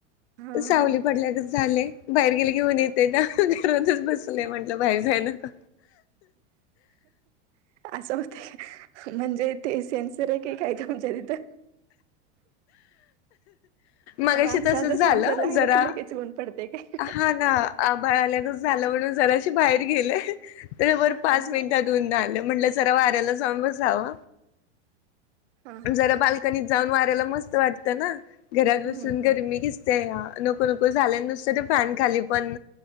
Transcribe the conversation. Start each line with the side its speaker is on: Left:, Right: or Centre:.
Right: हां
Left: सावली
Right: हां
Left: पडल्याच झालेय बाहेर गेले घेऊन येतय ना बसले म्हंटलं बाय जाय ना का
Right: असं होतय म्हणजे ते सेनसर आहे ते कायच म्हणच्या तिथं
Left: मगशी
Right: माणसांचा
Left: तस झालं
Right: सेन्सर लागला
Left: जरा
Right: की लगेच ऊन पडते काय
Left: हा ना आभळाल्या झालं म्हणून जरा बाहेर गेले तर वर
Right: हां
Left: पाच मिनिटात
Right: हां
Left: ऊन आलं म्हटलं जरा वाऱ्याला जाऊन बसाव.
Right: हां हां
Left: जरा
Right: हां
Left: बाल्कनीत जाऊन वाऱ्याला मस्त वाटत ना. घरात
Right: हम्म,
Left: बसून
Right: हम्म.
Left: गरमी कसतेय या. नको नको झालं नुसतं ते फॅन खाली पण